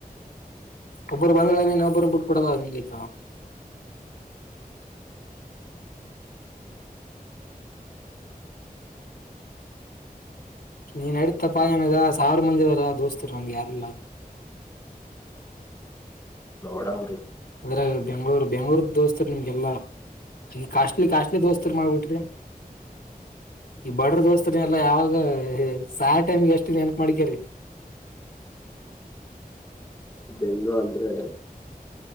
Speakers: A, on the left; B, on the left.
A: ಅಬರ ಬಂದಲನ ಅಬರ ಬಿಟ್ಕೊಡದಂಗೈತ ನೀನ್ ನಡತ ಪಾಯನಾಗ ಸಾವಿರ ಮಂದಿ ಇದಿದಾರ ದೋಸ್ತರು ನನ್್ಗೆ ಯಾರಲ್ಲ ಹ
B: ನೋಡ ಅವರು
A: ಅದ್ರ ಬೆಂಗ್ಳೂರು ಬೆಂಗಳೂರ್ ದೋಸ್ತರು ನಿಮ್ಗೆಲ್ಲಾ ಈ ಕಾಸ್ಟ್ಲಿ ಕಾಸ್ಟ್ಲಿ ದೋಸ್ತರ್ ಮಾಡ್ಬಿಟ್ರಿ ಈ ಬಡ್ರ ದೋಸ್ತಾನ ಎಲ್ಲ ಯಾವಾಗ ಹ ಸಾಯಾ ಟೈಮಿಗೆ ಅಷ್ಟೇ ನೆನಪ ಮಾಡಿಕ್ಯ್ರೀ
B: ಇಂದು ಅಂದ್ರೆ